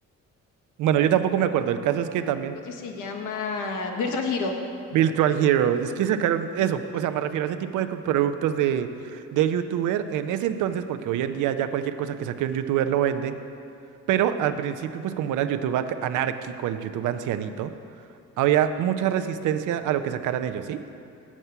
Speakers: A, on the right; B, on the left.
A: Bueno, yo tampoco me acuerdo. El caso es que también...
B: creo que se llama Virtual Hero.
A: Virtual Hero, es que sacaron eso, o sea, me refiero a ese tipo de co- productos de, de youtuber en ese entonces, porque hoy en día ya cualquier cosa que saque un youtuber lo vende, pero al principio, pues como era el YouTube ac- anárquico, el YouTube ancianito, había mucha resistencia a lo que sacaran ellos, ¿sí?